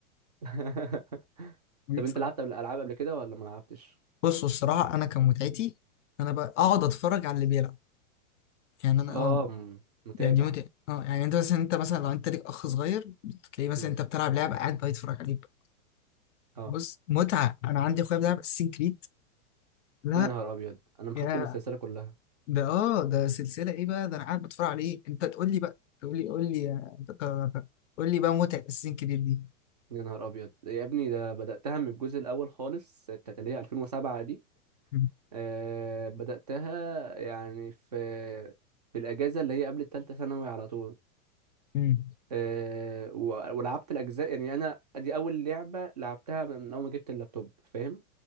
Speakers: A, on the right (about 30°); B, on the left (about 60°).
A: <laughs>
B: بيكسر
A: طب انت لعبت قبل العاب قبل كده ولا ما لعبتش؟
B: بصوا الصراحه انا كان متعتي انا بقى اقعد اتفرج على اللي بيلعب يعني انا
A: اه
B: اه
A: م- متابع
B: يعني دي متعه اه يعني انت مثلا انت مثلا لو انت ليك اخ صغير تلاقيه مثلا
A: مم.
B: انت بتلعب لعبه قاعد بقى يتفرج عليك
A: اه
B: بص متعه انا عندي اخويا بيلعب اساسين كريد لا
A: يا نهار ابيض انا مختم
B: يا
A: السلسلة كلها
B: ده اه ده سلسلة ايه بقى ده انا قاعد بتفرج عليه انت تقول لي بقى تقول لي قول لي يا- قول لي بقى متعة اساسين كريد دي
A: يا نهار ابيض يا ابني ده بداتها من الجزء الاول خالص بتاعت اللي هي 2007 دي
B: مم.
A: أه بداتها يعني في في الاجازه اللي هي قبل الثالثه ثانوي على طول
B: مم.
A: أه و- ولعبت الاجزاء يعني انا دي اول لعبه لعبتها من اول ما جبت اللابتوب فاهم